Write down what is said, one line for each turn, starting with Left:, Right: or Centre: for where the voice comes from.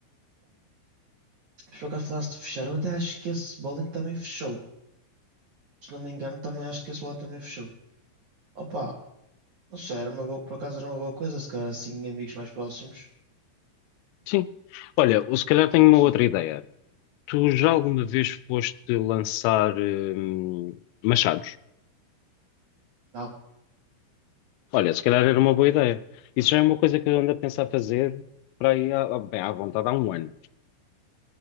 Right: Por acaso falaste de fechar, eu até acho que esse bowling também fechou. Se não me engano, também acho que esse bowling também fechou. Opa, não sei, era uma boa, por acaso era uma boa coisa, se calhar assim, amigos mais próximos.
Left: Sim. Olha, ou se calhar
Right: Bowling,
Left: tenho uma
Right: sim.
Left: outra ideia. Tu já alguma vez foste lançar hum, machados?
Right: Não,
Left: Olha, se calhar era uma boa ideia. Isso já é uma coisa que eu ando a pensar fazer para aí, à, à- bem, à vontade há um ano.